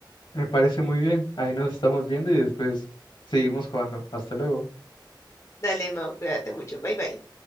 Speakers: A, on the left; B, on the left.
A: me parece muy bien, ahí nos estamos viendo y después seguimos jugando. Hasta luego.
B: Dale, Mau, cuídate mucho, bye bye.